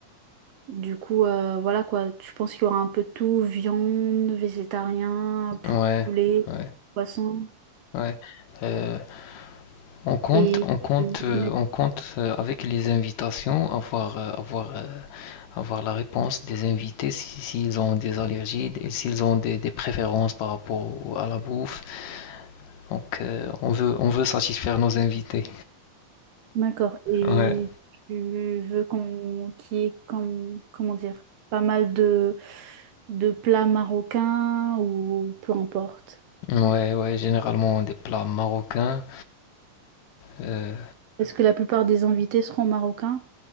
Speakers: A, on the right; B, on the left.
A: du coup euh, voilà quoi, tu penses qu'il y aura un peu de tout, viande, végétarien,
B: ouais,
A: poulet,
B: ouais.
A: poisson
B: Ouais. Euh, on compte,
A: et
B: on compte,
A: tu
B: euh,
A: veux mettre-
B: on compte euh, avec les invitations avoir, euh, avoir, euh, avoir la réponse des invités si- s'ils ont des allergies et s'ils ont des, des préférences par rapport au- à la bouffe. Donc euh, on veut, on veut satisfaire nos invités.
A: D'accord. Et
B: Ouais,
A: tu veux qu'on qu'il y ait comme comment dire pas mal de de plats marocains ou peu importe.
B: ouais, ouais. Généralement des plats marocains. Euh,
A: Est-ce que la plupart des invités seront marocains?